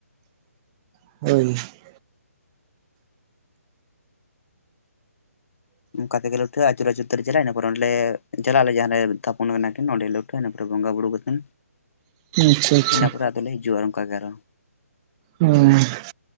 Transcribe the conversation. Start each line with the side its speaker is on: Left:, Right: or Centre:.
Right: <inaudible>
Left: ᱝᱠᱟ ᱛᱮᱜᱮ ᱞᱩᱴᱷᱟᱹᱼᱟ ᱟᱹᱪᱩᱨ ᱟᱹᱪᱩᱨ ᱛᱮᱞᱮ ᱪᱟᱞᱟ ᱟ ᱤᱱᱟ ᱯᱚᱨ ᱚᱸᱰᱞᱮ ᱡᱟᱞᱟᱜᱼᱟᱞᱮ ᱡᱟᱦᱟᱸ ᱞᱮ ᱛᱷᱟᱯᱚᱱ ᱠᱟᱱᱟ ᱠᱤᱱ ᱚᱸᱰᱮ ᱞᱩᱴᱼᱼ ᱤᱱᱟᱹ ᱯᱚᱨᱮ ᱵᱚᱸᱜᱟ ᱵᱩᱨᱩ ᱠᱟᱛᱮᱱ
Right: ᱟᱪᱪᱷᱟ ᱟᱪᱪᱷᱟ
Left: ᱤᱱᱟᱹ ᱯᱚᱨᱮ ᱟᱫᱚᱞᱮ ᱦᱤᱡᱩᱜᱼᱟ ᱚᱱᱠᱟ ᱜᱮ ᱟᱨᱦᱚ᱾
Right: <inaudible>